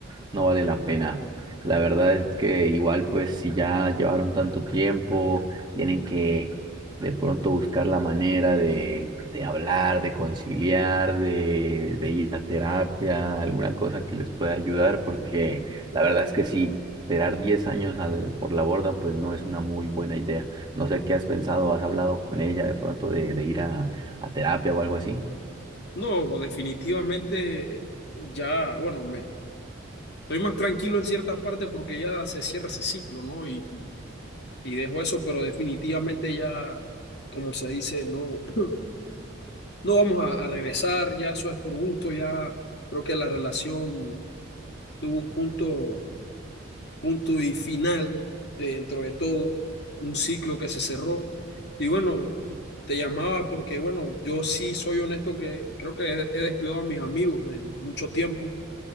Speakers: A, on the right (about 20°); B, on the left (about 55°).
A: no vale la pena. La verdad es que igual, pues, si ya llevaron tanto tiempo, tienen que de pronto buscar la manera de, de hablar, de conciliar, de, de ir a terapia, alguna cosa que les pueda ayudar, porque la verdad es que sí, tirar diez años al, por la borda, pues no es una muy buena idea. No sé qué has pensado, has hablado con ella de pronto de, de ir a, a terapia o algo así.
B: No, definitivamente ya, bueno, me, estoy más tranquilo en ciertas partes porque ya se cierra ese ciclo, ¿no? Y, y, y dejo eso, pero definitivamente ya, como se dice, no, <clears throat> no vamos a, a regresar, ya eso es por gusto, ya creo que la relación tuvo un punto, punto y final dentro de todo, un ciclo que se cerró. Y bueno, te llamaba porque, bueno, yo sí soy honesto que creo que he descuidado a mis amigos en mucho tiempo